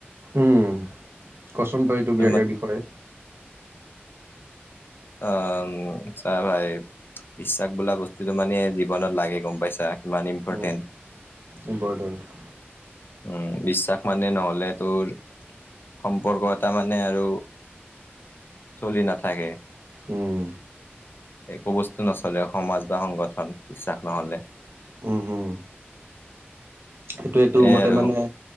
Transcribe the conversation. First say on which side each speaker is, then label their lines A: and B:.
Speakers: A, on the right; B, on the left.
A: উম কচোন তই এইটো
B: তোৰ
A: বিয়া ইয়াৰ
B: মত
A: বিষয়ে।
B: অ চা ভাই বিশ্বাস বোলা বস্তুতটো মানে জীৱনত লাগে, গম পাইছা? কিমান ইম্পৰ্টেণ্ট
A: উম ইম্পৰ্টেণ্ট।
B: উম বিশ্বাস মানে নহলে তোৰ সম্পৰ্ক এটা মানে আৰু চলি নাথাকে।
A: উম।
B: একো বস্তু নচলে সমাজ বা সংগঠন বিশ্বাস নহলে।
A: উম হম। সেইটোৱে তোৰ
B: এ
A: মতে
B: আৰু
A: মানে